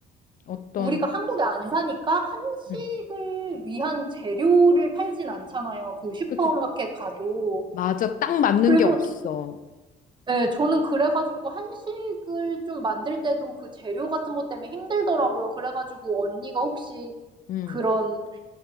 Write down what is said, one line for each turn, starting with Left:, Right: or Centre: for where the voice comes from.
Left: 어떤,
Right: 우리가 한국에 안 사니까 한식을
Left: 응
Right: 위한 재료를 팔진 않잖아요. 그 슈퍼마켓
Left: 그치.
Right: 가도.
Left: 맞아. 딱 맞는
Right: 그래서
Left: 게 없어.
Right: 네, 저는 그래가지고 한식을 좀 만들 때도 그 재료 같은 것 때문에 힘들더라고요. 그래가지고 언니가 혹시
Left: 응
Right: 그런